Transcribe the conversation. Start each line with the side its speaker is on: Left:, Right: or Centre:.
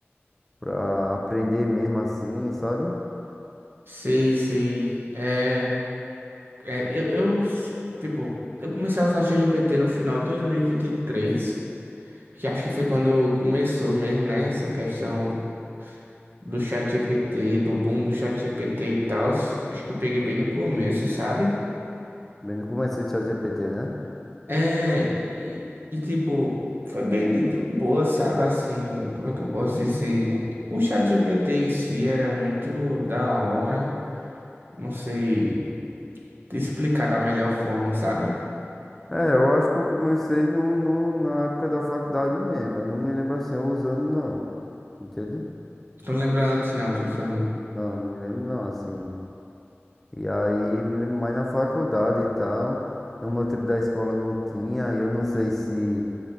Centre: para aprender mesmo assim, sabe?
Right: Sei, sei. É, é eu, eu, s- tipo, eu comecei a usar ChatGPT no final de 2023, que acho que foi quando começou mesmo, né, essa questão do ChatGPT, do boom do ChatGPT e tal. Acho que eu peguei bem no começo, sabe?
Centre: Bem no começo do ChatGPT, né?
Right: É, e, e tipo, foi bem de de boa, sabe? Assim, como é que eu posso dizer? O ChatGPT em si era muito da hora, não sei te explicar da melhor forma, sabe?
Centre: É, eu acho que eu comecei no, no- na época da faculdade mesmo. Eu não me lembro assim, eu usando não, entende?
Right: Não lembro antes, não, tô usando.
Centre: Não, não me lembro não, assim. E aí me lembro mais na faculdade e tal. No meu tempo da escola não tinha, eu não sei se